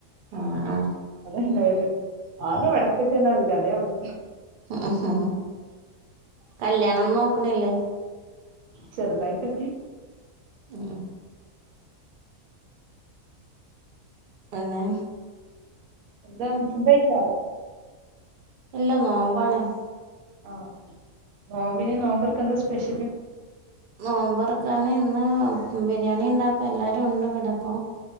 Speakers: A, on the right (about 60°); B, on the right (about 75°).
A: ആ ആ
B: അതല്ല വര് ആക വ്ടക്ക്‌ തന്ന <unintelligible> അതെ അവസ്
A: ഉം കല്യാണം നോക്ക്‌ണില്ലേ
B: ചെറ്തായ്ട്ട്
A: ഉം പിന്നേ
B: എന്താ ഫുഡ്ഡയ്ച്ചോ
A: ഇല്ല നോമ്പാണ്
B: ആഹ് നോമ്പിന് നോമ്പർക്കന്താ സ്പെഷ്യല്
A: നോമ്പറക്കാന് ഇന്ന് ബിരിയാണി ണ്ടാക്കാ എല്ലാരു ഉണ്ട് വ്ടപ്പോ